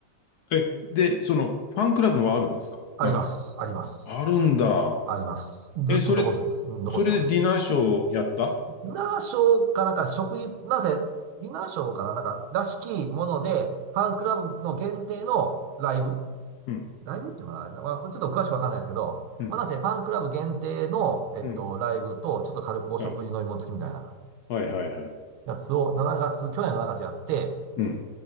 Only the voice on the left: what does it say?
え、で、その、ファンクラブはあるんですかまだ。
あるんだ。
え、それ、
それでディナーショーやった
うん。
うん。
うん。
はい。はいはいはい。
うん。